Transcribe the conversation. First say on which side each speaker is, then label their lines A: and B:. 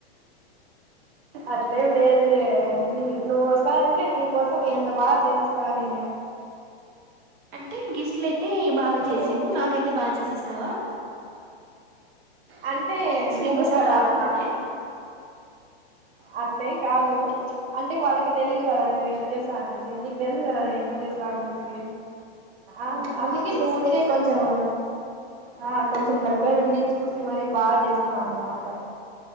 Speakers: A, on the right; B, on the right.
A: అట్లేం లేదులే అన్ని నువ్వు వస్తాంటే నీకోసం ఎంత బాగా చేసిస్తామే
B: అంటే గెస్ట్లు అయితే బాగా
A: నువ్వు
B: చేసేవు నాకైతే బాగా చేసి ఇస్తావా తావా
A: అంటే నువ్వు
B: ఇంకోసారి
A: కదా
B: రాకూడదనే
A: అ ఆట్ల ఏం కాదు అంటే వాళ్ళకి తెలీదు కదా నేను ఎట్లా చేస్తాను అనేసి నీకు తెలుసు కదా నేను ఎట్లా చేస్తా అనేసీ. ఆన్
B: ఓ
A: అందుకే
B: తెలుసు
A: నువ్వు ఉంటే
B: తెలుసు
A: కొంచెం ఆ కొంచెం దగ్గరుండి చూసి మరీ బాగా చేస్తాం అన్న మాట